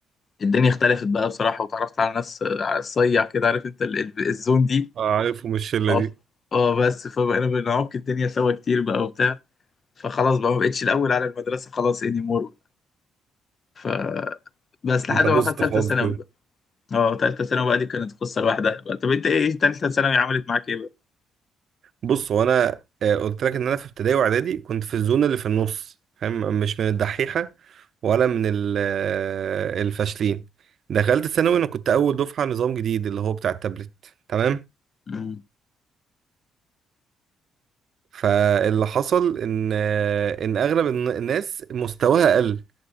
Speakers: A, on the left; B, on the right.
A: الدنيا اختلفت بقى بصراحة وتعرفت على ناس آه، على الصيع كده عارف انت ال- ال- الزون دي
B: اه عارفهم الشلة
A: اه
B: دي
A: اه بس فبقينا بنعك الدنيا سوا كتير بقى وبتاع فخلاص بقى ما بقتش الأول على المدرسة خلاص اني مور ف بس لحد
B: انت بوظت
A: ما دخلت تالتة
B: خالص
A: ثانوي بقى اه تالتة ثانوي بقى دي كانت قصة لوحدها بقى طب انت ايه تالتة ثانوي عملت معاك ايه بقى؟
B: بص هو انا آه، قلت لك ان انا في ابتدائي واعدادي كنت في الزون اللي في النص فاهم مش من الدحيحه ولا من ال- آه، الفاشلين دخلت ثانوي انا كنت اول دفعه نظام جديد اللي هو بتاع التابلت تمام
A: مم.
B: فاللي حصل ان آه، ان اغلب الن- الناس مستواها قل